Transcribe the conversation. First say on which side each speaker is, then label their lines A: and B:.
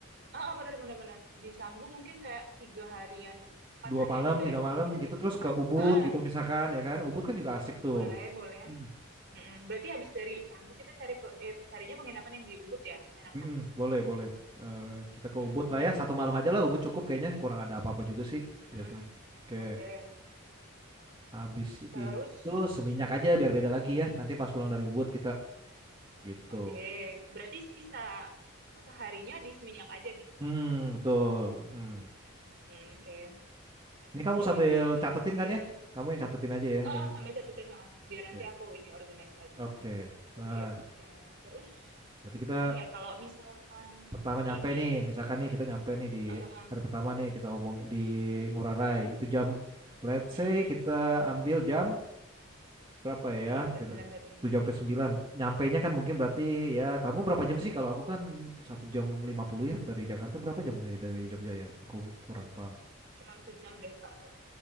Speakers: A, on the right (about 55°); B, on the right (about 25°).
A: ah ah, benar-benar benar. Di Canggu mungkin kayak tiga harian, empat
B: dua
A: harian
B: malam,
A: gitu
B: tiga
A: ya. Terus
B: malam
A: nanti kita
B: gitu
A: pindah
B: terus
A: kemana?
B: ke Ubud
A: Ah, ah,
B: gitu misalkan ya kan. Ubud kan juga asik tuh.
A: boleh boleh.
B: Hmm.
A: Mm-mm. Berarti habis dari Canggu kita cari pe- eh, carinya penginapan yang di Ubud ya, enakan.
B: Mm-mm, boleh, boleh. Eh, kita ke
A: Mm-mm,
B: Ubud lah
A: mm,
B: ya.
A: boleh
B: Satu
A: boleh
B: malam
A: aku
B: aja
A: tulis
B: lah Ubud
A: deh.
B: cukup kayaknya. Kurang ada apa-apa juga sih
A: Mm-mm.
B: biasa. Oke.
A: Oke,
B: Habis itu
A: terus
B: seminyak aja biar beda lagi ya. Nanti pas pulang dari Ubud kita gitu.
A: oke. Berarti sisa apa harinya di Seminyak aja nih,
B: Mm-mm,
A: enaknya.
B: betul. Mm-mm.
A: hmm oke, Oke,
B: Ini
A: nanti
B: kamu
A: cari
B: sambil
A: yang di sana
B: catetin
A: juga.
B: kan
A: Iya
B: ya?
A: sih.
B: Kamu yang catetin aja ya
A: Oh,
B: ini. ya.
A: oh, sambil catetin, ha, biar
B: Oke.
A: nanti aku ini organize lagi.
B: Oke. Nah,
A: Oke, oke. Terus
B: berarti kita
A: lagi ya, kalau misalkan
B: pertama nyampe
A: ini
B: nih, misalkan nih kita nyampe nih di
A: eh
B: hari pertama nih kita omong di Ngurah Rai. Itu jam let's
A: mm-mm,
B: say kita ambil jam berapa ya
A: 7 sampai
B: gitu.
A: 9 tadi.
B: 7 sampai 9. Nyampainya kan mungkin berarti ya kamu berapa jam sih? Kalau aku kan satu jam 50 ya dari Jakarta berapa jam dari dari Jogja ya? Aku kurang paham.
A: Cuman sejam deh, Kak. ha.